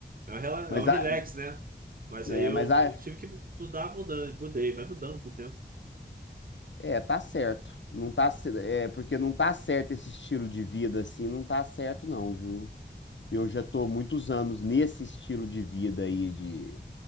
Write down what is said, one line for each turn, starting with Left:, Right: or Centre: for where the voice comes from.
Right: É um, rela-
Left: Mas
Right: é um
Left: a,
Right: relax, né? Mas
Left: é,
Right: aí eu
Left: mas a,
Right: tive que mudar, mudando, mudei, vai mudando com o tempo.
Left: É, tá certo. Não tá, ce- é, porque não tá certo esse estilo de vida assim, não tá certo não, viu? Eu já tô muitos anos nesse estilo de vida aí de